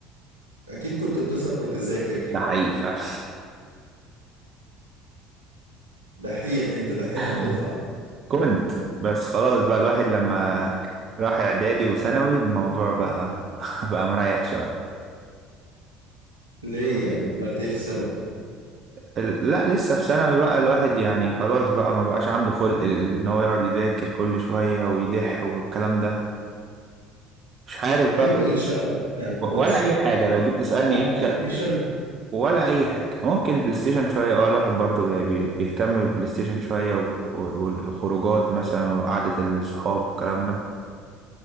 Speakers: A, on the right (about 85°); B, on the right (about 40°).
A: أكيد كنت بتسهر تذاكر
B: ده حقيقي فعلا
A: دحيح أنت دحيح الدفعة
B: <laughs> كنت بس خلاص بقى الواحد لما راح اعدادي وثانوي الموضوع بقى <laughs> بقى مريح شويه
A: ليه يعني عملت إيه في ثانوي
B: ال- لا لسه في ثانوي بقى الواحد يعني خلاص بقى ما بقاش عنده خلق ال- ان هو يقعد يذاكر كل شويه ويدح والكلام ده مش عارف بقى
A: أيوه إيه اللي شغل على الدراسة
B: ولا اي حاجه لو
A: بقيت
B: جيت تسالني
A: تلعب
B: ايه الشغل
A: بلاي ستيشن
B: ولا اي حاجه ممكن البلاي ستيشن شويه اه الواحد برضو بي- بي- بيهتم بالبلاي ستيشن شويه و- و- والخروجات مثلا وقعده الصحاب الكلام ده